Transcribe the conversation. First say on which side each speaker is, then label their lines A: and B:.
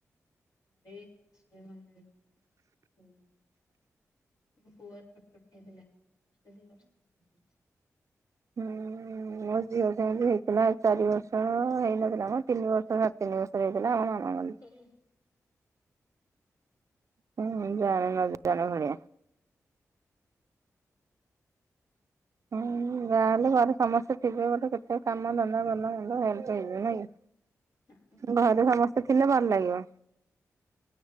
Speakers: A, on the left; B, on the right.
A: ଆମର ବି ଶଶୁର ମରିଗଲେଣି <unintelligible> ମୋ ପୁଅ ଛୋଟ ଟେ ହେଇଥିଲା ବର୍ଷେ ଦି ବର୍ଷର ହେଇଥିଲା।
B: ହଁ। ମୋ ଝିଅ ସେମିତି ହେଇଥିଲା ଚାରି ବର୍ଷର ହେଇନଥିଲା ମ ତିନି ବର୍ଷ ସାଡ୍ ତିନି ବର୍ଷର ହେଇଥିଲା ଆମ ମାମା ଗଲେ।
A: ହୁଁ।
B: ହୁଁ ଜାଣି ନ ଜାଣିଲା ଭଳିଆ। ହୁଁ ଯାହାହେଲେ ଘରେ ସମସ୍ତେ ଥିବେ ଗୋଟେ କେତେ କାମ ଧନ୍ଦା ଭଲ ମନ୍ଦ ହେଲ୍ପ ହେଇଯିବେ ନାଇଁ କି।
A: ଆଉ
B: ଘରେ ସମସ୍ତେ ଥିଲେ ଭଲ ଲାଗିବ।